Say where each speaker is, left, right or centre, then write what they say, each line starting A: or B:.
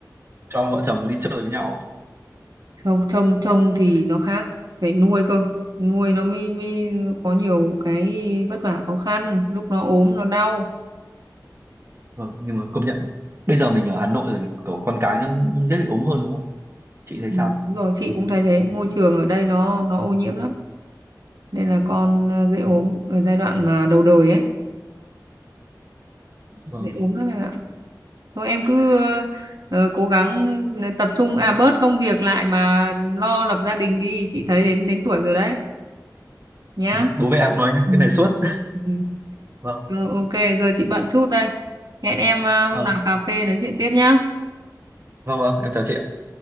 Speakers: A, on the right; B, on the right.
A: cho vợ chồng đi chơi với nhau
B: không trông trông thì nó khác phải nuôi cơ nuôi nó mới mới có nhiều cái vất vả khó khăn lúc nó ốm nó đau
A: vâng nhưng mà công nhận bây giờ mình ở Hà Nội rồi thì kiểu con cái nó cũng dễ bị ốm hơn đúng không chị thấy
B: Ừ,
A: sao
B: đúng rồi chị cũng thấy thế môi trường ở đây nó nó ô nhiễm lắm nên là con ờ, dễ ốm ở giai đoạn mà đầu đời ấy
A: vâng
B: dễ ốm lắm em ạ thôi em cứ ờ, ờ, cố gắng ờ, tập trung à bớt công việc lại mà lo lập gia đình đi chị thấy đến đến tuổi rồi đấy nhá
A: bố mẹ em nói em
B: ừ.
A: cái này suốt
B: Ừ.
A: vâng
B: Ừ, ok giờ chị bận chút đây hẹn em ờ,
A: vâng
B: hôm nào cà phê nói chuyện tiếp nhá
A: vâng vâng em chào chị ạ